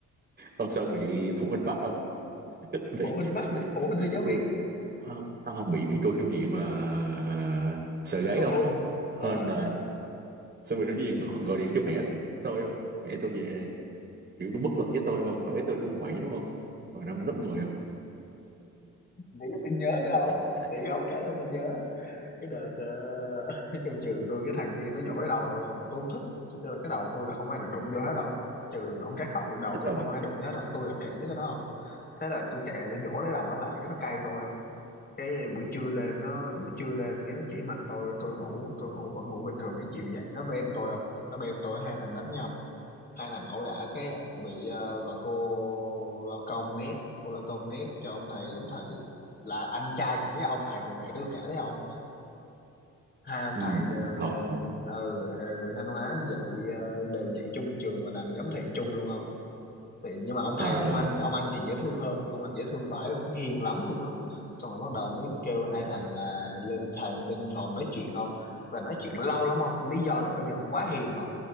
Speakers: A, on the right; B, on the left.
A: hôm sau bị phụ huynh bắt không <laughs> bị
B: phụ huynh bắt
A: bị
B: hả phụ huynh
A: bị
B: hay giáo
A: bà cô
B: viên
A: không, không bị bị cô chủ nhiệm uh, sợ gáy
B: hôn
A: không
B: ờ
A: hên là xong rồi cô chủ nhiệm gọi, gọi điện cho mẹ tôi không mẹ tôi về kiểu cũng bất lực với tôi đúng không mẹ tôi trung quậy đúng không rồi năm lớp 10 không
B: để cái tôi nhớ nữa không
A: dạ dạ
B: để cái ông kể sao tôi nhớ cái đợt ờ, <laughs> trong trường tôi cái thằng kia nó dỗi đầu tôi không mà tôi không thích tôi kêu là cái đầu tôi là không ai được đụng vô hết đâu trừ ông cắt tóc rồi đầu tôi
A: ừ
B: không ai đụng vô hết đâu tôi là kỹ với cái đó không thế là tôi chạy lại để dỗ lấy đầu nó lại cái nó cay tôi không cái buổi trưa lên nó buổi trưa lên cái nó chỉ mặt tôi tôi ngủ tôi ngủ vẫn ngủ bình thường cái chiều dậy nó bêm tôi không nó bêm tôi hai thằng đánh nhau hai thằng ẩu đả cái bị ờ, bà cô lao công mét cô lao công mét cho ông thầy giám thị là anh trai của cái ông thầy hồi nãy tôi kể đấy không hai ông
A: ừ
B: thầy đều
A: trời ơi
B: ừ, người Thanh Hóa dạy ờ, đều dạy chung trường và làm giám thị chung luôn không thì nhưng mà ông
A: trời
B: thầy ông
A: ơi
B: anh ông anh thì dễ thương hơn ông anh dễ thương vãi luôn á hiền lắm luôn á xong rồi bắt đầu mới kêu hai thằng là lên thầy bên phòng nói chuyện không và nói chuyện lâu lắm không lý do là bởi vì ông quá hiền không